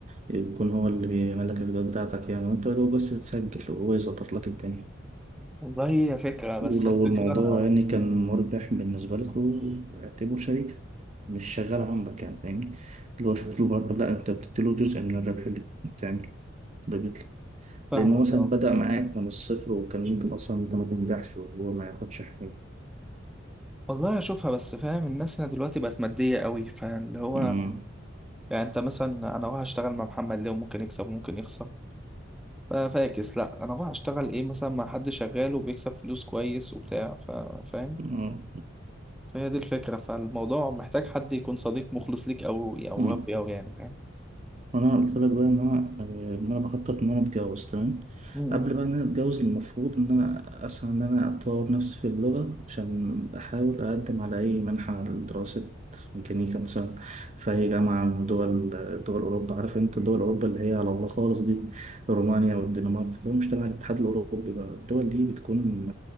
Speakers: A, on the right; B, in the centre.
A: يكون هو اللي بيعمل لك الفيديوهات بتاعتك يعني وأنت لو بس بتسجل وهو يظبط لك الدنيا
B: والله هي فكرة بس
A: ولو
B: الفكرة
A: الموضوع يعني كان مربح بالنسبة لكم اعتبره شريك مش شغال عندك يعني فاهمني اللي هو شفت له مرتب لا أنت بتديله جزء من الربح اللي بتعمله اللي بيطلع
B: فاهمك
A: لأنه مثلا
B: اه
A: بدأ معاك من الصفر وكان ممكن أصلا أنت ما تنجحش وهو ما ياخدش حاجة.
B: والله اشوفها بس فاهم الناس هنا دلوقتي بقت ماديه قوي فاللي هو
A: أمم.
B: يعني انت مثلا انا رايح اشتغل مع محمد ليه وممكن يكسب وممكن يخسر ف- فاكس لا انا رايح اشتغل ايه مثلا مع حد شغال وبيكسب فلوس كويس وبتاع ف- فاهم
A: آه.
B: فهي دي الفكره فالموضوع محتاج حد يكون صديق مخلص ليك او او
A: مم.
B: وفي او يعني فاهم
A: انا قلت لك بقى ان انا آه، ان انا بخطط ان انا اتجوز تمام
B: م-
A: قبل
B: م.
A: بقى ان انا اتجوز المفروض ان انا اسعى ان انا اطور نفسي في اللغه عشان احاول اقدم على اي منحه لدراسه ميكانيكا مثلا في اي جامعه من دول دول اوروبا عارف انت دول اوروبا اللي هي على الله خالص دي رومانيا والدنمارك لو مش تبع الاتحاد الاوروبي بقى الدول دي بتكون